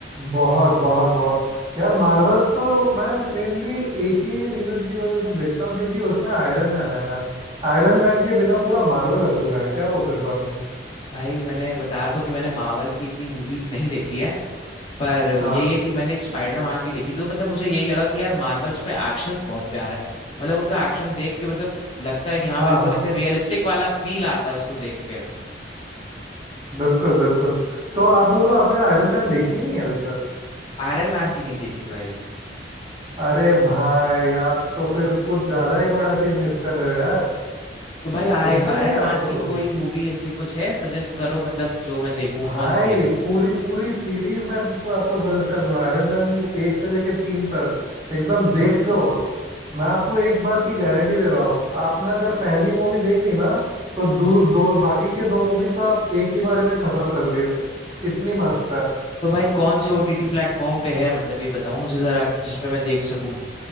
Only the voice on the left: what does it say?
भाई मैंने बताया तो कि मैंने मार्वल की इतनी मूवीज नहीं देखी है पर
यही है कि मैंने एक स्पाइडर मैन की देखी थी तो मतलब मुझे यही लगा कि यार मार्वल्स में एक्शंस बहुत प्यारा है मतलब उनका एक्शन देख के मतलब लगता है कि हाँ
बिल्कुल
ऐसे
रियलिस्टिक वाला फील आता है उसको देख के
आयरन मैन की नहीं देखी भाई
तो भाई आयरन
मैन की
कोई मूवी ऐसी कुछ है सजेस्ट करो मतलब जो मैं देखूं
कौन सी है
तो भाई कौन से ओटीटी प्लेटफॉर्म पे है मतलब ये बताओ मुझे जरा कि जिस पे मैं देख सकूं